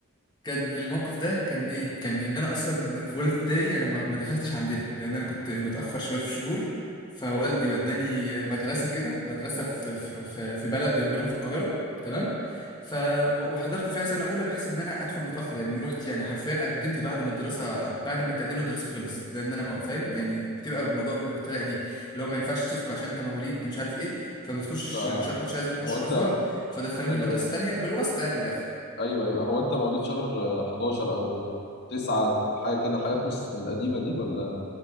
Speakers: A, on the left; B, on the left.
A: كان الموقف ده كان ايه كان ان انا اصلا في اولى ابتدائي انا ما ما دخلتش عندنا لان انا كنت متاخر شويه في الشهور فوالدي وداني مدرسه كده مدرسه في في في في بلد جنبنا في القاهره تمام ف و- وحضرت فيها سنه اولى بحيث ان انا ادخل متاخر يعني رحت يعني حرفيا قدمت بعد ما الدراسه بعد ما تقديم الدراسه خلص لان انا ما- فاهم يعني بتبقى الموضوع بيبقى بالطريقه دي اللي هو ما ينفعش تدخل عشان انت مواليد مش عارف ايه فما تخشش
B: آه،
A: مش كنتش عايز اخش
B: هو أنت
A: ازهر فدخلوني
B: ثانية
A: مدرسه
B: بس
A: تانية بالواسطه يعني من الاخر
B: أيوه أيوه هو أنت مواليد شهر آه، 11 أو 9 ت- حاجة كده حاجات مش من القديمة دي ولا